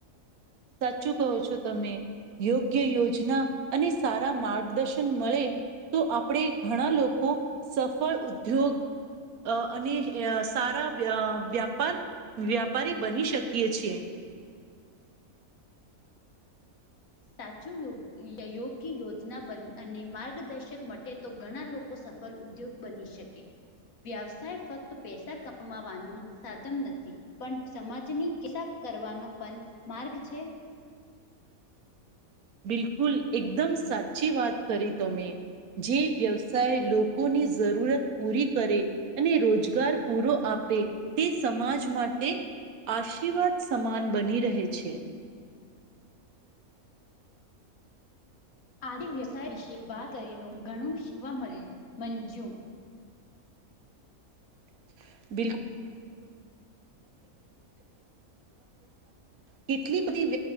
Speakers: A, on the right (about 85°); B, on the left (about 75°).
A: સાચું કહો છો તમે યોગ્ય યોજના અને સારા માર્ગદર્શન મળે. તો આપણે ઘણા લોકો સફળ ઉદ્યોગ. અ અને સારા વ્યાપાર. વ્યાપારી બની શકીએ છીએ.
B: સાચું યોગી યોજના બ અને માર્ગદર્શક માટે તો. ઘણા લોકો સફળ ઉદ્યોગ બની શકે. વ્યવસાય ફક્ત પૈસા કમાવાનું સાધન નથી. પણ સમાજની <unintelligible> કરવાનો પણ માર્ગ છે.
A: બિલકુલ એકદમ સાચી વાત કરી તમે. જે વ્યવસાય લોકોની જરૂરત પૂરી કરે. અને રોજગાર પૂરો આપે તે સમાજ માટે. આશીર્વાદ સમાન બની રહે છે.
B: આદ વ્યવસાય વિશે વાત કરીને ઘણું શીખવા મળ્યું
A: <inaudible> કેટલી બધી